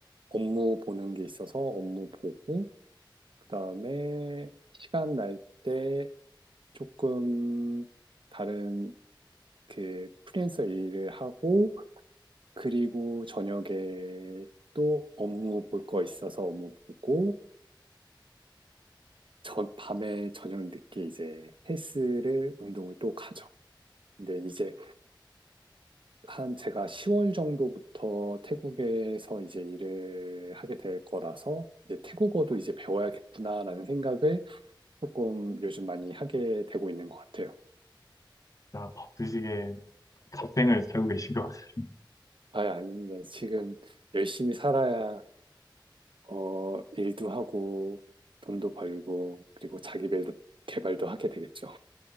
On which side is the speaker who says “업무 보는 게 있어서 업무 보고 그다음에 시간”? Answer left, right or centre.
Right